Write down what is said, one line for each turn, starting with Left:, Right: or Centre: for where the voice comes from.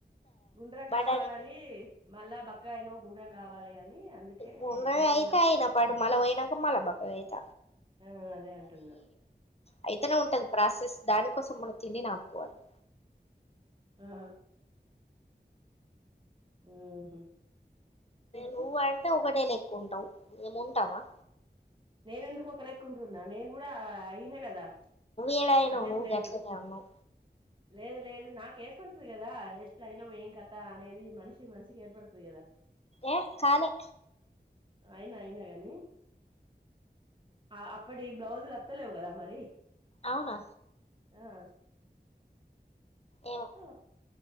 Right: గుండ్రంగా
Left: బటానీ
Right: కావాలని మళ్ళా బక్కయినవు గుండ్రం కావాలి అని. అందుకే
Left: గుండ్రగ
Right: తింటున్నా
Left: అయితే అయినా పట్టు పోయినాంక మల్ల బక్కగైత.
Right: ఆహ్ అదేఅంటున్న.
Left: అయితేనే ఉంటది ప్రాసెస్ దానికోసం మనం తిండిని ఆపుకోవాలి
Right: ఆహా ఉహు
Left: నువ్వు అంటే ఒకటేలెక్క ఉంటవు మేము ఉంటామ
Right: నేనేందుకు ఒకలేక్కుంటున్నా నేను కూడా అయినా కదా
Left: ఏడయినావు
Right: అదేం
Left: నువు
Right: లేదు
Left: గట్నే ఉన్నవు
Right: లేదు లేదు నాకు ఏర్పడుతది కదా ఎట్ల అయినవు ఏం కథ అనేది మనిషి మనిషికి ఏర్పడుతది కదా
Left: ఏ కాలే
Right: అయినా అయినగని ఆ అప్పటి బ్లౌజులు వ త్తలేవు గద మరి
Left: అవునా
Right: ఆ
Left: ఏమొ
Right: ఆ